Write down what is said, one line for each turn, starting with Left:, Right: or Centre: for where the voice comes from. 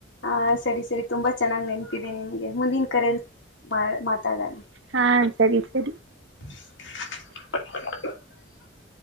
Left: ಹಾ ಸರಿ ಸರಿ ತುಂಬಾ ಚೆನ್ನಾಗ್ ನೆನಪಿದೆ ನಿಮಗೆ ಮುಂದಿನ ಕರೆಯಲ್ಲಿ ಮಾತಾಡಣ
Right: ಹಾ ಸರಿ ಸರಿ
Left: <inaudible> <unintelligible>